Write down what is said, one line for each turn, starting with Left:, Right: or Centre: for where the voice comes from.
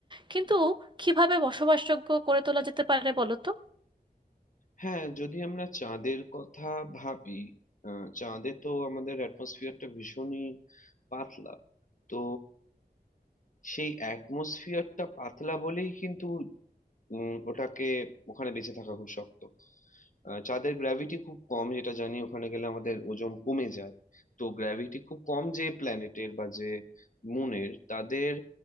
Right: কিন্তু কিভাবে বসবাসযোগ্য করে তোলা যেতে পারে বলো তো
Left: হ্যাঁ যদি আমরা চাঁদের কথা ভাবি আহ, চাঁদে তো আমাদের অ্যাটমসফিয়ারটা ভীষণই পাতলা তো সেই অ্যাটমসফিয়ারটা পাতলা বলেই কিন্তু উম, ওটাকে ওখানে বেঁচে থাকা খুব শক্ত আহ, চাঁদের গ্র্যাভিটি খুব কম যেটা জানি ওখানে গেলে আমাদের ওজন কমে যায় তো গ্র্যাভিটি খুব কম যে প্ল্যানেটের বা যে মুনের তাদের